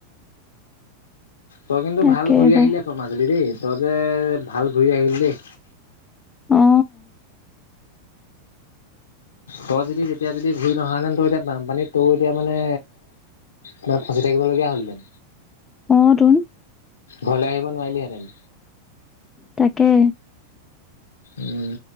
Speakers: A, on the left; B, on the left.
A: তই কিন্তু
B: তাকে
A: ভাল ঘূৰি
B: পাই
A: আহিলি আকৌ মাজুলী দেই, তই যে ভাল ঘূৰি আহিলি দেই।
B: অ
A: তই যদি তেতিয়া যদি ঘূৰি নহা হেতেন, তই এতিয়া বানপানীত তই এতিয়া মানে তাত ফচি থাকিবলীয়া হ'ল হেতেন।
B: অ' তোন।
A: ঘৰলৈ আহিব নোৱাৰিলিহেঁতেন।
B: তাকে।
A: উম।